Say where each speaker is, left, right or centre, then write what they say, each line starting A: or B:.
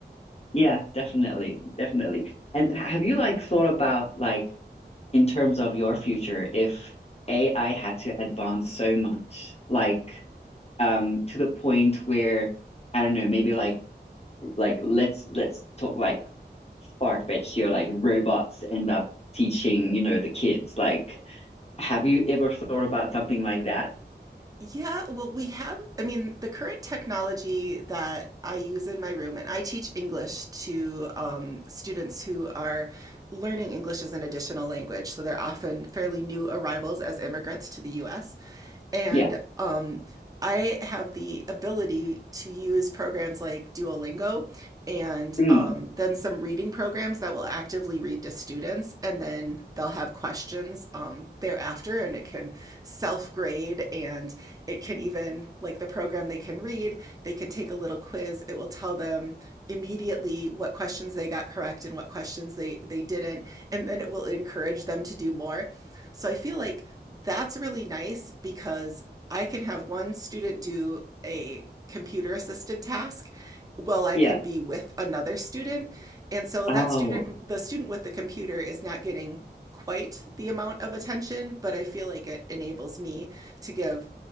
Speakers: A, on the left; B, on the right.
A: yeah, definitely, definitely. And have you like thought about like in terms of your future, if AI had to advance so much, like um to the point where I don't know, maybe like like let's let's talk like far-fetched here, like robots end up teaching, you know, the kids. Like, have you ever thought about something like that?
B: Yeah, well, we have, I mean, the current technology that I use in my room, and I teach English to um, students who are learning English as an additional language. So they're often fairly new arrivals as immigrants to the US. And
A: Yeah.
B: um, I have the ability to use programs like Duolingo and
A: Mm,
B: um, then some reading programs that will actively read to students, and then they'll have questions um, thereafter, and it can self grade, and it can even, like the program they can read, they can take a little quiz. It will tell them immediately what questions they got correct and what questions they, they didn't, and then it will encourage them to do more. So I feel like that's really nice because I can have one student do a computer assisted task while I
A: yeah.
B: can be with another student. And so that
A: Oh,
B: student, the student with the computer, is not getting quite the amount of attention, but I feel like it enables me to give